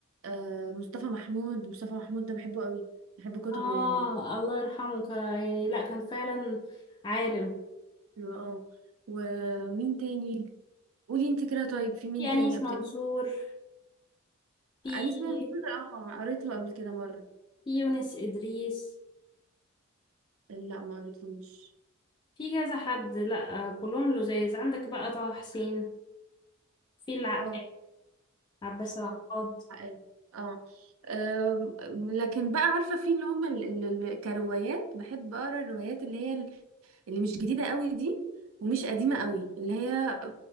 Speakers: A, on the right; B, on the left.
A: آه مصطفى محمود مصطفى محمود ده بحبه قوي بحب كتبه
B: آه
A: يعني
B: الله يرحمه ك- يعني لا كان فعلا عالم
A: حلو اه ومين تاني قولي انت كده طيب في مين
B: في أنيس
A: تاني أبت...
B: منصور في
A: أنيس ممدوح اه قريت له قبل كده مرة
B: في يونس إدريس
A: لا ما قريتلوش
B: في كذا حد لا آه، كلهم لزاز عندك بقى طه حسين في العقاد
A: اه
B: عباس العقاد
A: هو حقيقي. اه أم، لكن بقى عارفه في اللي هم ال- ال- ال- كروايات بحب اقرا الروايات اللي هي ال- اللي مش جديده قوي دي ومش قديمه قوي اللي هي